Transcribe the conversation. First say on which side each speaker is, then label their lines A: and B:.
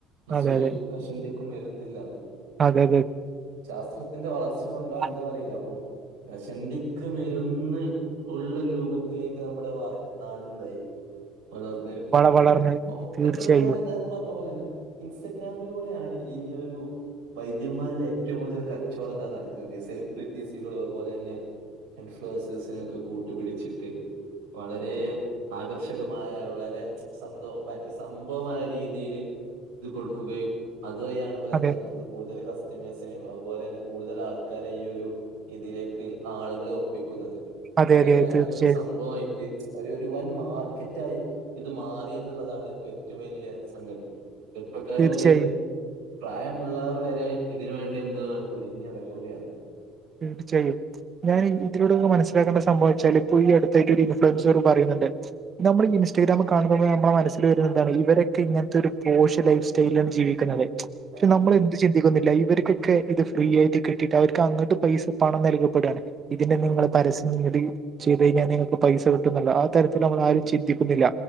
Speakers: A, on the right; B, on the right.
A: അസൂയക്കും
B: അതെ അതെ
A: കശണ്ടിക്കും മരുന്നില്ലന്ന്
B: അതെ
A: ശാസ്ത്രത്തിന്റെ വളർച്ച കൊണ്ടോ എന്ത്
B: അതെ
A: അറിയില്ല അപ്പം കശണ്ടിക്ക് മരുന്ന് ഉള്ള രൂപത്തിലേക്ക് നമ്മുടെ നാടതായി വളർന്നി
B: വള വളർന്ന് തീർച്ചയായും
A: എത്രയും എന്നത്തെ പറഞ്ഞ പോലെ തന്നെ ഇൻസ്റ്റഗ്രാമിലൂടെയാണ് ഈ ഒരു വൈദ്യന്മാരുടെ ഏറ്റവും കൂടുതൽ കച്ചവടം എന്താണ് നടക്കുന്നത് ഈ സെലിബ്രിറ്റീസുകളും അതുപോലെ തന്നെ ഇൻഫ്ലസസിനൊക്കെ കൂട്ടിപിടിച്ചിട്ട് വളരെ ആകർഷകമായ വളരെ ഭയങ്കെരെസംഭവമായ രീതിയില് ഇത് കൊടുക്കുകയുംഅത് വഴിയാണ് ഇബല്എന്താക്ക്‌ണത്
B: അതെ
A: കൂടുതൽ കസ്റ്റമേഴ്സിനെയും അതുപോലെന്നെ കൂടുതൽ ആൾക്കാരെ ഈഒരു ഇതിലേക്ക് ആളുകളെ ഒപ്പിക്കുന്നത്
B: അതെ
A: അതൊരുഭയങ്കര
B: അതെ തീർച്ചയായും
A: ഒരുസംഭവമായി ഒരു വൻമാർക്കറ്റായി ഇത് മാറിഎന്നുള്ളതാണ്ഇപ്പ ഏറ്റവും വെല്ല്യസംഗതി. ചെറുപ്പക്കാർ
B: തീർച്ചയായും
A: മുതൽപ്രായമുള്ള വെരെ ഇതിന് വേണ്ടിഎന്താണ് തുനിഞ്ഞിറങ്ങുകയാണ്.
B: വേണ്ടിചെയ്യും. ഞാന് ഇതിലൂടെമനസ്സിലാക്കേണ്ട സംഭവംവെച്ചാല് ഇപ്പൊ ഈ അടുത്തായിട്ട് ഒരു ഇൻഫ്ലുവൻസെർ പറയുന്നുണ്ട് ന്നമ്മൾ ഇൻസ്റ്റഗ്രാമിൽ കാണുമ്പോൾ ന്നമ്മുടെ മനസ്സില് വെരാന്ത്‌അറിയോ ഇരൊക്കെ ഇങ്ങന്ത്തെ ഒരുപോശ്യലൈഫ് തെയ്ലാണ് ജീവിക്കുന്നത്. പക്ഷെ
A: അതെ
B: ന്നമ്മൾഎന്ത്ചിന്തിക്കുന്നില്ല
A: അതെ
B: ഇവർക്കൊക്കെ ഇത്ഫ്രീആയിട്ട് കിട്ടിയിട്ട് അവർക്ക് അങ്ങട്ടും ഇപ്പപൈസപണം നൽകപ്പെടാണ് ഇതിനെ
A: ഉം
B: നിങ്ങള്പരസ്യംന്നേടി ചെയ്ത്കഴിഞ്ഞാൽ നിങ്ങൾക്ക് പൈസ കിട്ടുന്നുള്ള ആതരത്തിൽന്നമ്മളാരും ചിന്തിക്കുന്നില്ല